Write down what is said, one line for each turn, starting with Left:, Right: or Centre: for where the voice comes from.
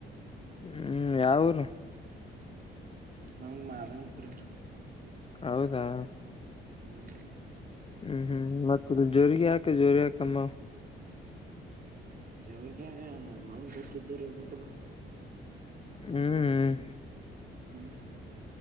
Left: ಹ್ಮ್ ಯಾವೂರು
Right: ನಾಂದು ಮಾದಾನಪರ
Left: ಹೌದಾ
Right: ಹ್ಮ್
Left: ಹ್ಮ್ ಹ್ಮ್ ಮ ಜೋರಿಾಕ ಜೋರಿಯ ಕಮ್ಮ
Right: ಜವ್ರಿಗೆ ನಮ್ಗೆ ಗೊತ್ತಿದ್ದರು ಇರ್ಬೇಕಲ್ಲ
Left: ಹ್ಮ್ ಹ್ಮ
Right: ಹ್ಮ್